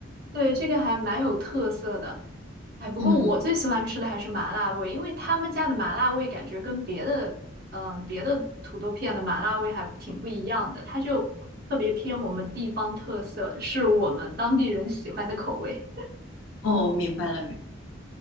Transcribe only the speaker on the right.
对，这个还蛮有特色的。哎，不过我最喜欢吃的还是麻辣味，
因为他们家的麻辣味感觉跟别的，嗯、别的土豆片的麻辣味还挺不一样的，它就特别偏我们地方特色，是我们当地人喜欢的口味